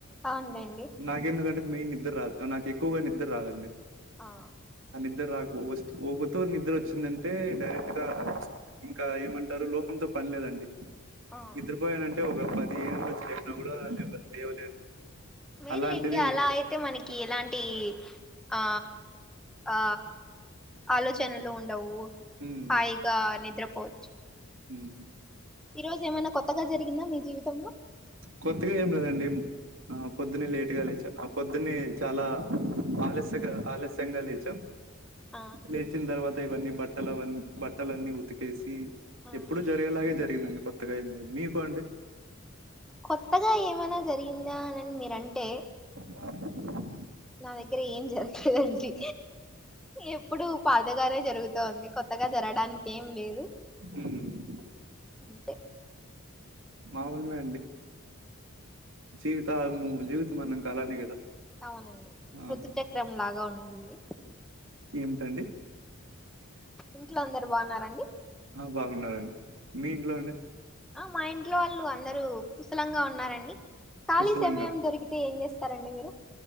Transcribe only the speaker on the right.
నాకేందుకంటే మెయిన్ నిద్ద రాదు నాకు ఎక్కువగా నిద్ర రాదండి
ఆ నిద్ర రాకు ఓసి ఓగతూరి నిద్ర వచ్చిందంటే డైరెక్ట్ గా ఇంకా ఏమంటారు లోకంతో పనిలేదండి
నిద్ర పోయానంటే ఒక పది ఏనుగులు వచ్చి లేపినా కూడా లే లేవలేను
అలాంటిది
ఉమ్
హ్మ్
కొత్తగా ఏం లేదండి ఆ పొద్దున్నే లేట్గా లేచా ఆ పొద్దున్నే చాలా ఆలస్యంగా ఆలస్యంగా లేచాం
లేచిన తర్వాత ఇవన్నీ బట్టలవన్ని బట్టలన్నీ ఉతికేసి
ఎప్పుడు జరిగేలాగే జరిగిందండి కొత్తగా ఏం లేదు మీకు అండి
<inaudible>
హ్మ్
మామూలుమే అండి జీవితాము జీవితం అన్నాక అలానే కదా
ఆ
ఏమిటండి
ఆ బాగున్నరండి, మీ ఇంట్లో అండి?
కుశలంగా